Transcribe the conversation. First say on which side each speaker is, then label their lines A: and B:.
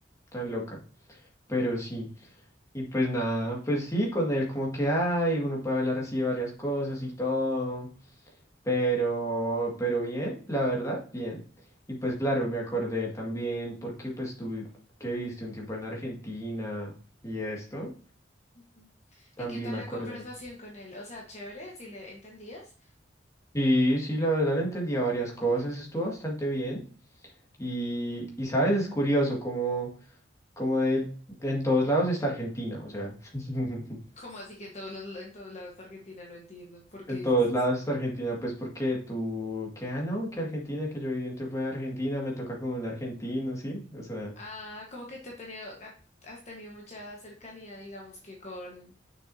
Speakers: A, on the left (about 15°); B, on the left (about 40°).
A: tan loca, pero sí, y pues nada, pues sí, con él como que hay, uno puede hablar así de varias cosas y todo, pero, pero bien, la verdad, bien, y pues claro, me acordé también porque pues tú que viste un tiempo en Argentina y esto,
B: Ujú.
A: también
B: ¿Y qué tal
A: me
B: la
A: acordé.
B: conversación con él? O sea, chévere, si le entendías.
A: Sí, sí, la verdad le entendía varias cosas, estuvo bastante bien. Y, y sabes, es curioso como, como de, en todos lados está Argentina, o sea, <laughs>
B: ¿Cómo así que en todos los, en todos lados de Argentina? No entiendo. ¿Por qué
A: en
B: dices
A: todos
B: eso?
A: lados está Argentina, pues porque tú, que, ah, no, que Argentina, que yo viví un tiempo en Argentina, me toca con un argentino, ¿sí? O sea,
B: Ah, como que te ha tenido, ha- has tenido mucha cercanía, digamos que con